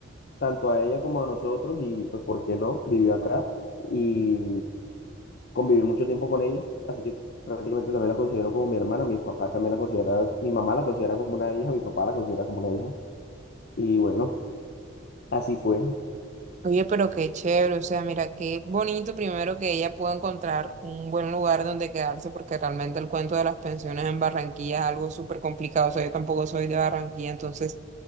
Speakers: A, on the left (about 50°); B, on the right (about 35°).
A: tanto a ella como a nosotros y pues, ¿por qué no? Vivió acá y conviví mucho tiempo con ella, así que prácticamente también la considero como mi hermana, mis papás también la consideran, mi mamá la considera como una hija, mi papá la considera como una hija y bueno, así fue,
B: Oye, pero qué chévere, o sea, mira, qué bonito primero que ella pueda encontrar un buen lugar donde quedarse, porque realmente el cuento de las pensiones en Barranquilla es algo súper complicado, o sea, yo tampoco soy de Barranquilla, entonces,